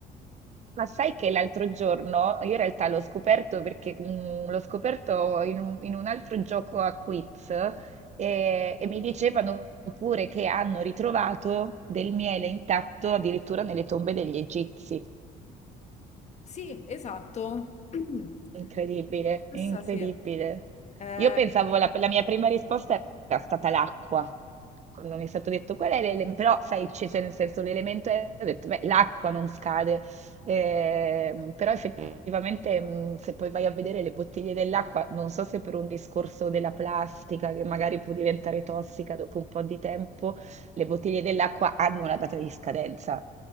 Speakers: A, on the right; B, on the left.
A: ma sai che l'altro giorno, io in realtà l'ho scoperto perché mm, l'ho scoperto in un, in un altro gioco a quiz e, e mi dicevano pure che hanno ritrovato del miele intatto addirittura nelle tombe degli egizi.
B: Sì, esatto. <clears throat>
A: Incredibile,
B: Questa
A: incredibile.
B: sì. Eh,
A: Io pensavo, la, la mia prima risposta era stata l'acqua, quando mi è stato detto qual è l'elemento, però sai, c'è c'è nel senso l'elemento, è- ho detto, beh, l'acqua non scade, Ehm, però effettivamente mh, se poi vai a vedere le bottiglie dell'acqua, non so se per un discorso della plastica che magari può diventare tossica dopo un po' di tempo, le bottiglie dell'acqua hanno una data di scadenza